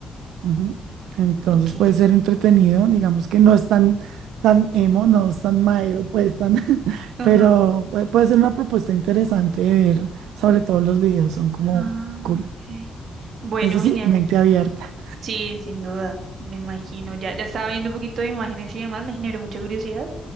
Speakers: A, on the right (about 85°); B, on the right (about 65°).
A: Ujú. Entonces
B: Ok.
A: puede ser entretenido, digamos que no es tan, tan emo, no es tan maero, pues tan, <laughs>
B: Ajá.
A: pero puede, puede ser una propuesta interesante de ver, sobre todo los videos, son como
B: Ah,
A: cool.
B: ok. Bueno,
A: Eso sí,
B: genial.
A: mente abierta.
B: Sí, sin duda, me imagino. Ya, ya estaba viendo un poquito de imágenes y demás, me generó mucha curiosidad.